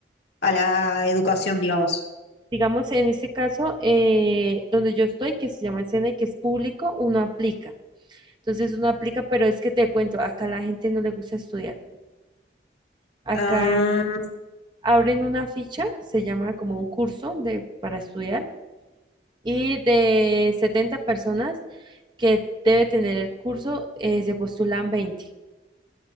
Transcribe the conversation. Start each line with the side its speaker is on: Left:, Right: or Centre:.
Left: a la educación, digamos?
Right: digamos, en este caso, eh, donde yo estoy, que se llama el SENA y que es público, uno aplica. Entonces uno aplica, pero es que te cuento, acá la gente no le gusta estudiar. Acá
Left: Ah,
Right: abren una ficha, se llama como un curso de, para estudiar y de 70 personas que debe tener el curso, eh, se postulan 20